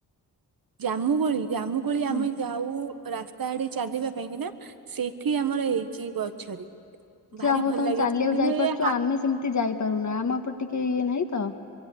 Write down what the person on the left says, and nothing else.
ହୁଁ।
ଯା ହଉ
ତମେ
ଚାଲିବାକୁ
ଯାଇପାରୁଛ
ଆମେ ସେମିତି ଯାଇପାରୁନ ଆମ ଉପରେ ଟିକେ ଇଏ ନାହିଁ ତ।